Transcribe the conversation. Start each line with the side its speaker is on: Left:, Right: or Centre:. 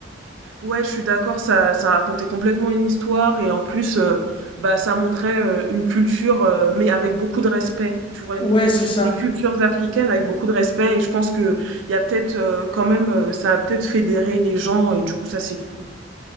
Right: Ouais, je suis d'accord, ça, ça racontait complètement une histoire et en plus, euh, bah, ça montrait euh, une culture, euh, mais avec beaucoup de respect. Tu vois, une
Left: Ouais,
Right: cu-
Left: c'est ça.
Right: des cultures africaines avec beaucoup de respect et je pense que il y a peut-être euh, quand même, euh, ça a peut-être fédéré les gens et du coup, ça c'est cool.